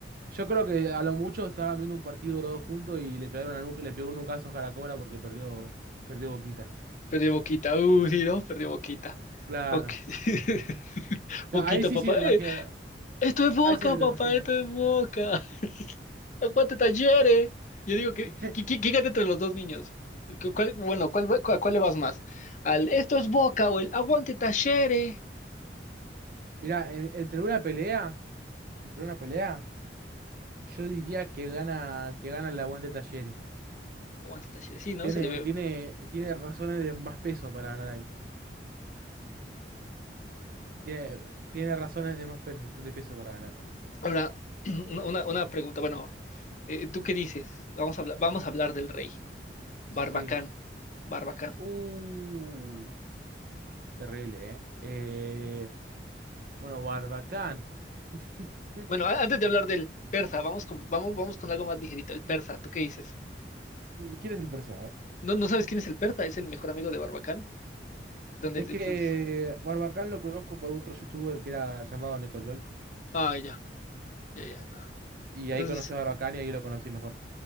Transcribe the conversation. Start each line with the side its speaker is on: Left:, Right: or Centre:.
Right: yo creo que a lo mucho estaban viendo un partido los dos juntos y le pegaron a nu- le pegó un nucazo a la Cobra porque perdió, perdió Boquita.
Left: Perdió Boquita. Uh, sí, ¿no? Perdió Boquita.
Right: Claro.
Left: Ok. <laughs> Boquita,
Right: Ya, Ahí sí,
Left: papá.
Right: sí me imagino.
Left: Eh, esto es Boca,
Right: Ahí sí me
Left: papá.
Right: lo imagino.
Left: Esto es Boca. Aguante Talleres. Yo digo que,
Right: <laughs>
Left: que, que- que gane entre los dos niños. ¿Cu- cuál- bueno, ¿cuál, va- cu- a cuál le vas más? ¿Al esto es Boca o el aguante Talleres?
Right: Mirá, en- entre una pelea, entre una pelea, yo diría que gana, que gana el aguante Talleres.
Left: Aguante Talleres. Sí, ¿no?
Right: Tiene,
Left: Se le ve.
Right: tiene, tiene razones de más peso para ganar ahí. Tiene, tiene razones de más peso, de peso para ganar.
Left: Ahora, <clears throat> una, una una pregunta. Bueno, eh, ¿tú qué dices? Vamos a hablar, vamos a hablar del rey. Barbacán.
Right: Sí.
Left: Barbacán.
Right: Uh, terrible, ¿eh? Eh, bueno, Barbacán. <laughs>
Left: Bueno, a- antes de hablar del persa, vamos con, vamos, vamos con algo más ligerito. El persa, ¿tú qué dices?
Right: ¿Quién es el personaje?
Left: ¿No, no sabes quién es el persa? Es el mejor amigo de Barbacán. Donde,
Right: Es
Left: le-
Right: que
Left: donde...
Right: Barbacán lo conozco por otro youtuber que era llamado Necolol.
Left: Ah, ya, ya, ya, no.
Right: Y
Left: Entonces,
Right: ahí conocí a Barbacán y ahí lo conocí mejor.